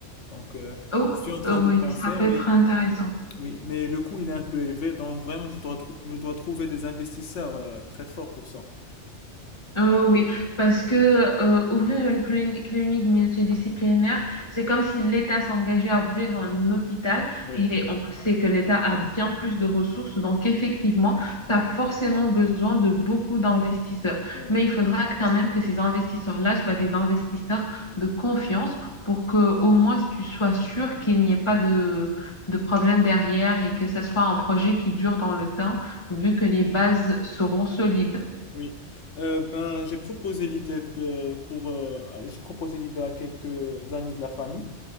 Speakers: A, on the left; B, on the left.
A: Donc, euh,
B: Oh,
A: je suis en train
B: euh,
A: de
B: oui,
A: penser,
B: ça peut
A: mais
B: être intéressant.
A: Oui, mais le coût il est un peu élevé, donc vraiment je dois, trou- je dois trouver des investisseurs euh, très forts pour ça.
B: Euh, oui, parce que euh, ouvrir une cli- clinique multidisciplinaire, c'est comme si l'État s'engageait à ouvrir un hôpital
A: Oui,
B: et on sait que l'État a bien plus de ressources, donc effectivement, tu as forcément besoin de beaucoup d'investisseurs.
A: oui,
B: Mais il faudra quand même que ces investisseurs-là soient des investisseurs de confiance pour
A: oui.
B: que au moins tu sois sûr qu'il n'y ait pas de, de problème derrière et que ça soit un projet qui dure dans le temps, vu que les bases seront solides.
A: Oui, Euh, ben j'ai proposé l'idée euh, pour euh, j'ai proposé l'idée à quelques amis de la famille